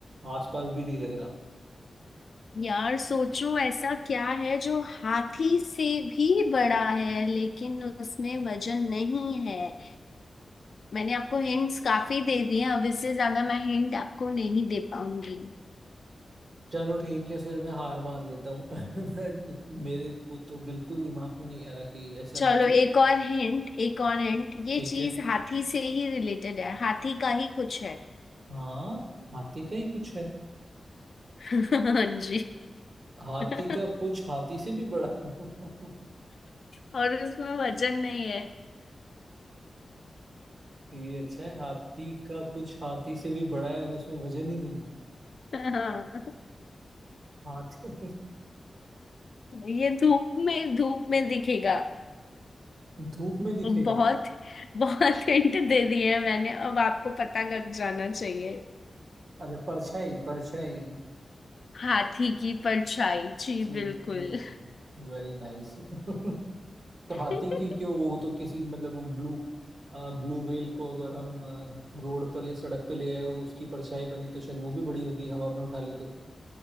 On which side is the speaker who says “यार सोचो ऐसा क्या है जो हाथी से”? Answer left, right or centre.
Left